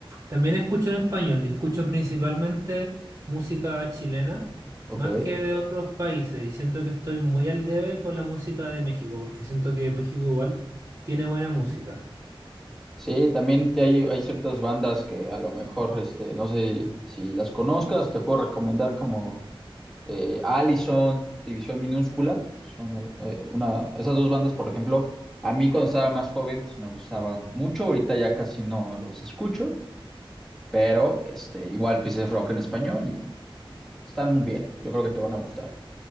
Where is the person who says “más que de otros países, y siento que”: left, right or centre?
Right